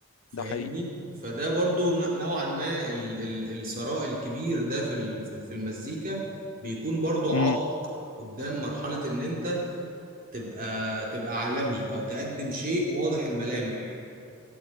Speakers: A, on the right; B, on the left.
A: فاهمني
B: ده حقيقي
A: فده برضو ن- نوعا ما ال- ال- الثراء الكبير ده في ال- في في المزيكا بيكون برضو
B: امم
A: عائق قدام مرحلة ان انت تبقى تبقى عالمي او تقدم شيء واضح الملامح